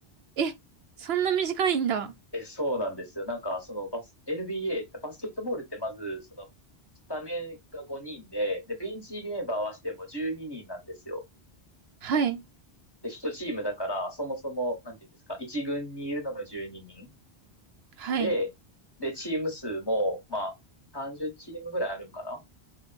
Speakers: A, on the right; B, on the left.
A: え、そんな短いんだ。
B: え、そうなんですよ。なんか、そのバス、NBA、バスケットボールってまず、その、スタメンが5人で、で、ベンチ入りメンバー合わせても12人なんですよ。
A: はい、
B: で、一チームだから、そもそも、なんていうんですか、一軍にいるのが12人
A: はい、
B: で、で、チーム数も、まあ、30チームぐらいあるんかな